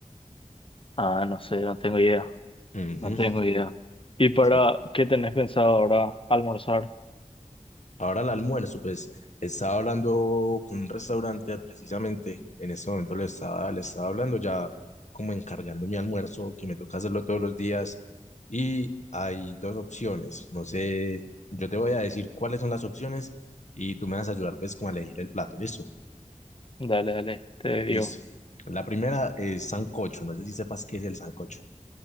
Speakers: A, on the left (about 40°); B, on the left (about 65°).
A: Ah, no sé, no tengo idea.
B: Ujú,
A: No tengo idea. ¿Y para
B: sí.
A: qué tenés pensado ahora almorzar?
B: Ahora el almuerzo, pues estaba hablando con un restaurante precisamente, en este momento le estaba, le estaba hablando ya como encargando mi almuerzo, que me toca hacerlo todos los días, y hay dos opciones, no sé, yo te voy a decir cuáles son las opciones y tú me vas a ayudar pues como a elegir el plato, ¿listo?
A: Dale, dale, te digo.
B: Listo. La primera es sancocho, no sé si sepas qué es el sancocho.